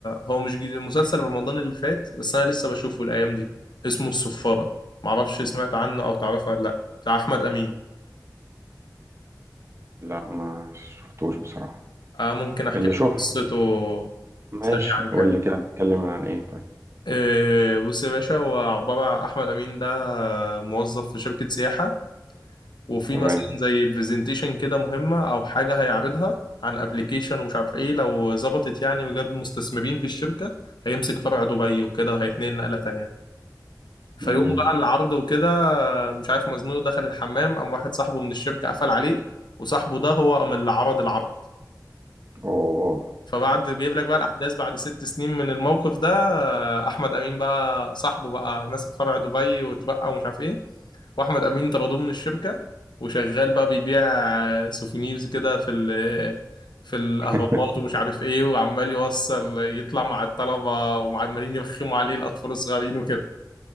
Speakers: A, on the left; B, on the right.
A: هو مش جديد مسلسل رمضان اللي فات بس انا لسه بشوفه الايام دي اسمه الصفارة معرفش سمعت عنه او تعرفه ولا لا بتاع احمد امين
B: لا ما شفتوش بصراحة
A: آه ممكن احكي
B: اللي
A: لك
B: شوف
A: قصته
B: ماشي
A: سريعا
B: قول
A: كده
B: لي كده بتتكلم عن ايه طيب
A: آه بص يا باشا هو عبارة عن احمد امين ده موظف في شركة سياحة وفي
B: تمام
A: مثلا زي برزنتيشن كده مهمة او حاجة هيعرضها عن ابلكيشن ومش عارف ايه لو ظبطت يعني وجاب مستثمرين في الشركة هيمسك فرع دبي وكده وهيتنقل نقلة تانية فيوم
B: جميل
A: بقى العرض وكده مش عارف مزنوق دخل الحمام قام واحد صاحبه من الشركة قفل عليه وصاحبه ده هو قام اللي عرض العرض
B: اوه
A: فبعد جايب لك بقى الأحداث بعد ست سنين من الموقف ده أحمد أمين بقى صاحبه بقى ماسك فرع دبي واتبقى ومش عارف إيه وأحمد أمين طردوه من الشركة وشغال بقى بيبيع سوفونيرز كده في ال في الأهرامات
B: <laughs>
A: ومش عارف إيه وعمال يوصل يطلع مع الطلبة وعمالين يرخموا عليه الأطفال الصغيرين وكده